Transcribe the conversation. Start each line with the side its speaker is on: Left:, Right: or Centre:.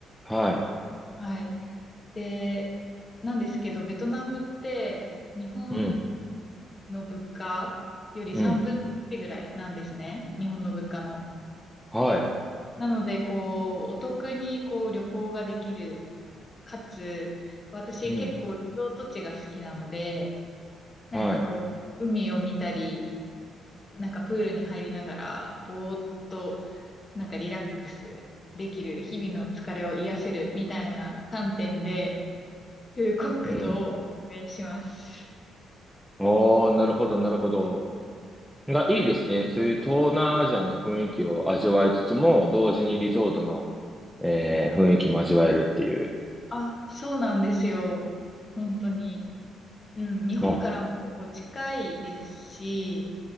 Centre: はい、
Left: はい。で、なんですけど、ベトナムって日本
Centre: うん、
Left: の物価より3分の1ぐらいなんですね。
Centre: うん。
Left: 日本の物価の。
Centre: はい。
Left: なので、こう、お得にこう旅行ができる。かつ、私結構リゾート地が好きなので、
Centre: うん。
Left: なんかこう、
Centre: は
Left: 海を見たり、なんかプールに入りながら、ぼーっと、なんかリラックスできる、日々の疲れを癒せるみたいな観点で、フーコックとお勧めします。
Centre: い。うん。おー、なるほど、なるほど。が、いいですね。そういう東南アジアの雰囲気を味わいつつも、同時にリゾートの、えー、雰囲気も味わえるっていう。
Left: あ、そうなんですよ。本当に。うん、日本からも結構近いですし、
Centre: あ、